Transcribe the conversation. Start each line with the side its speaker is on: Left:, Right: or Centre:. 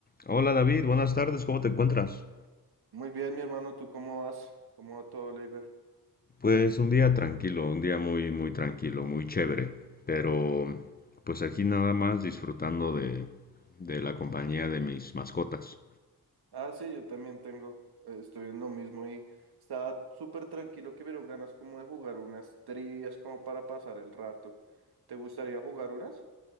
Left: Hola David, buenas tardes, ¿cómo te encuentras?
Right: Muy bien, mi hermano, ¿tú cómo vas? ¿Cómo va todo, Leiber?
Left: Pues un día tranquilo, un día muy, muy tranquilo, muy chévere, pero pues aquí nada más disfrutando de, de la compañía de mis mascotas.
Right: Ah, sí, yo también tengo, eh, estoy en lo mismo y estaba súper tranquilo que vieron ganas como de jugar unas trivias como para pasar el rato. ¿Te gustaría jugar unas?